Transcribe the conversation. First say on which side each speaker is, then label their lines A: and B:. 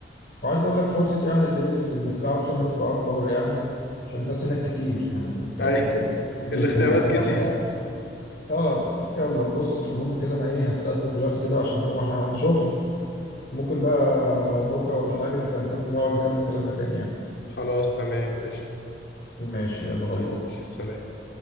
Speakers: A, on the left; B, on the left.
A: وعايز اقول لك فرصه يعني اللي هي اللي انك تلاقي عروسه هناك تبقى اكبر يعني عشان الناس هناك كتير يعني فاهم
B: اي <laughs>
A: كتير
B: الاختيارات
A: جدا بصراحه
B: كتير
A: يعني. اه يلا بص المهم كده انا ايه هستأذن دلوقتي كده عشان هقوم عشان عندي شغل ممكن بقى بكرة ولا حاجة نبقى نكمل نقعد نكمل كلامنا تاني يعني
B: خلاص تمام قشطة
A: ماشي يلا باي
B: ماشي
A: باي
B: يا باشا سلام